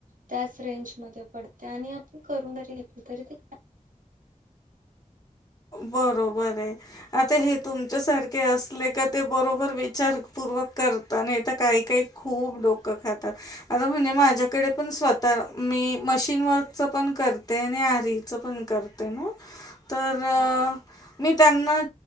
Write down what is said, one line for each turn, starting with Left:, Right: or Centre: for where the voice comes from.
Right: त्याच रेंज म पडते आणि आपण करून तरी घेतल तरी ते
Left: बरोबर आहे आता हे तुमच्या सारखे असले का ते बरोबर विचारू. करत आणि काही काही खूप डोकं खातात आता म्हणजे माझ्याकडे पण स्वतः मी मशीन वर्क च पण करते आणि आरीच पण करते ना. तर अ,
Right: ह्ं
Left: मी त्यांना